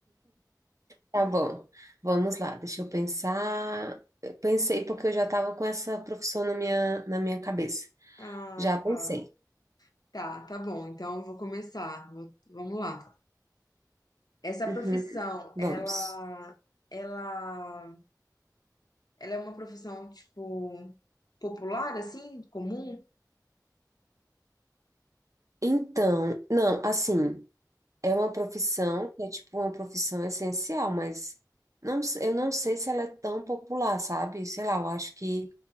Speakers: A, on the right; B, on the left.
A: Tá bom. Vamos lá, deixa eu pensar. Eu pensei porque eu já estava com essa profissão na minha, na minha cabeça.
B: Ah,
A: Já pensei.
B: tá. Tá, tá bom. Então eu vou começar. Vou- vamos lá. Essa profissão,
A: Uhum, Vamos.
B: ela, ela, ela é uma profissão, tipo, popular, assim, comum?
A: Então, não, assim, é uma profissão que é tipo uma profissão essencial, mas não, s- eu não sei se ela é tão popular, sabe? Sei lá, eu acho que